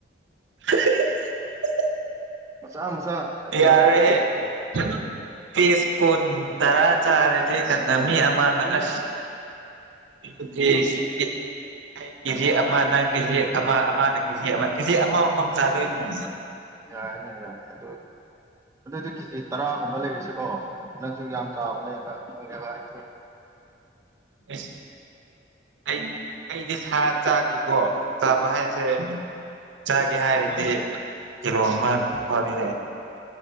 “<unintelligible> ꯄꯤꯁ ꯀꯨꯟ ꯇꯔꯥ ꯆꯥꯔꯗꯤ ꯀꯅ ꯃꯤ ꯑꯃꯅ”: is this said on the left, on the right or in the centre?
Right